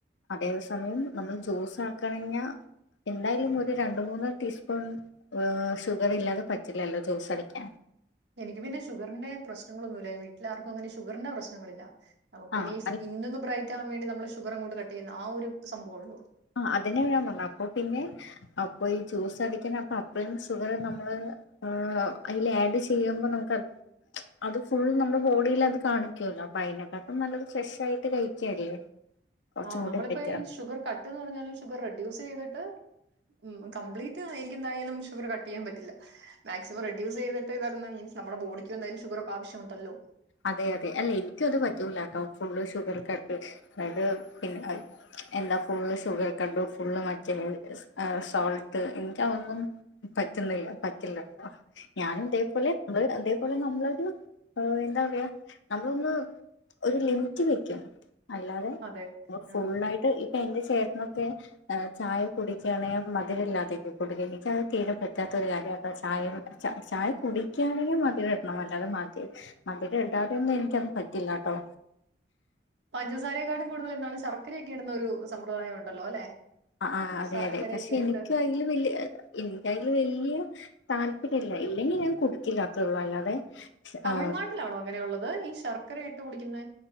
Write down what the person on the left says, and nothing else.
അതേ സമയം നമ്മൾ ജ്യൂസ് ആക്കണഞ്ഞ എന്തായാലും ഒരു രണ്ടു മൂന്ന് ടീസ്പൂൺ അഹ് ഷുഗറില്ലാതെ പറ്റില്ലല്ലോ ജ്യൂസ് അടിക്കാൻ
ആ
അല്ല,
ആ അതിന്നെ ഞാൻ പറഞ്ഞെ അപ്പൊ പിന്നെ അപ്പൊ ഈ ജ്യൂസ് അടിക്കണ അപ്പൊ അത്രി ഷുഗറ് നമ്മള് ആഹ്‌ അയില് ആഡ് ചെയ്യുമ്പോ നമുക്ക് അത് ഫുള്ളും നമ്മൾ ബോഡീലത് കാണിക്കോല്ലോ അയിനേക്കാട്ടും നല്ലത് ഫ്രഷായിട്ട് കഴിക്കല്ലേ കുറച്ചും
കൂടി
ബെറ്റർ
അതെ അതെ അല്ല എനിക്കും അത് പറ്റൂലാട്ടോ ഫുള്ള് ഷുഗർ കട്ട് അത് പിന്നെ എന്നാ ഫുള്ള് ഷുഗർ കട്ടും ഫുള്ള് മറ്റേ സോൾട്ട് എന്താ ഒന്നും പറ്റുന്നില്ല പറ്റില്ലട്ടോ ഞാനും ഇതേപോലെ നമ്മള് ഇതേപോലെ നമ്മളൊരു എന്താ നമ്മളൊന്ന് ഒരു ലിമിറ്റ് വെക്കും അല്ലാതെ
ഫുള്ളായിട്ട്
ഇപ്പെന്റെ ചേട്ടനൊക്കെ ഏഹ് ചായ കുടിക്കാണേ മധിരല്ലാതെ ഒകെ കുടിക്ക എനിക്ക് അത് തീരെ പറ്റാത്ത ഒരു കാര്യാട്ടോ ചായയു ച ചായ കുടിക്കാണെങ്കി മധിരടണം അല്ലാതെ മധി മധി രണ്ടാതൊന്നു ഇൻക്കത് പറ്റില്ലാട്ടോ
അഹ് അഹ് അതെ
യതെ പക്ഷെ ഇനിക്കയ്ല്
വെല്യേ എഹ് ഇൻക്കയ്ല് വെല്യേ താൽപര്യല്ല ഇല്ലെങ്കി ഞാൻ കൊട്ക്കില്ലാ അത്രള്ളൂ അല്ലാതെ
ആ